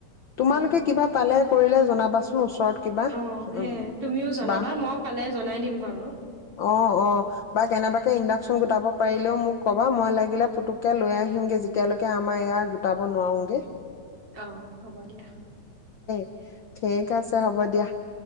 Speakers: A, on the left; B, on the right.
A: তোমালোকে
B: অ'।
A: কিবা পালে? কৰিলে জনাবাচোন। ওচৰত কিবা,
B: অ সেয়ে
A: উম
B: তুমিও জনাবা
A: বাহ।
B: মই পালে জনাই দিম বাৰু।
A: অ', অ। বা কেনেবাকে ইণ্ডাকচন গোটাব। পাৰিলেও মোক ক'বা, মই লাগিলে পুতুককে লৈ আহিমগে। যেতিয়ালৈকে আমাৰ ইয়াৰ গোটাব নোৱাৰোগে।
B: আহ, হ'ব দিয়া।
A: <unintelligible> ঠিক আছে,
B: উম,
A: হ'ব দিয়া।